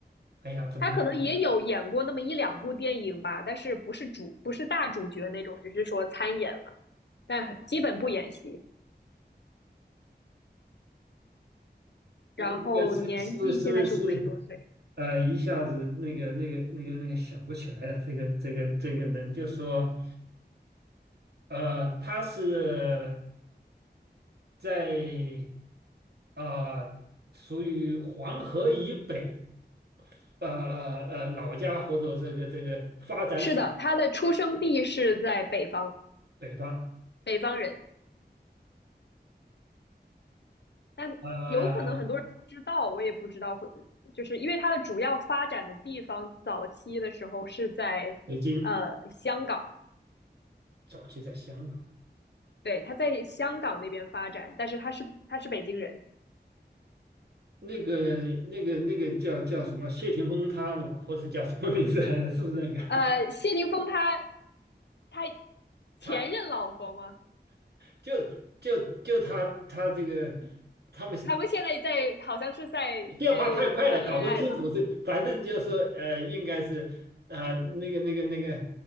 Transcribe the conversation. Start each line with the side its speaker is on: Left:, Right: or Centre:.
Right: 哎呀，怎么嗯
Left: 他可能也有演过那么一两部电影吧，但是不是主，不是大主角那种，就是说参演了，但很基本不演戏。
Right: 那个是是是是
Left: 然后年纪现在是五十多岁，
Right: 呃，一下子那个那个那个那个想不起来了，这个这个这个人就说呃，他是在啊、属于黄河以北。呃呃呃老家或者这个这个发展史
Left: 是的，他的出生地是在北方，
Right: 北方，
Left: 北方人，但有可能很多人不知道，
Right: 呃，
Left: 我也不知道会，就是因为他的主要发展的地方，早期的时候是在呃香港，
Right: 北京，早期在香港。
Left: 对，他在香港那边发展，但是他是他是北京人。
Right: 那个那个那个叫叫什么？谢霆锋他老婆是叫什么名字来着？是不是那个？
Left: 呃，谢霆锋他他前任老婆吗？
Right: <laughs> 他就就就他他这个他们
Left: 他们现在在好像是在在谈恋爱吧？
Right: 变化太快了，搞不清楚是，反正就是说呃，应该是啊、那个那个那个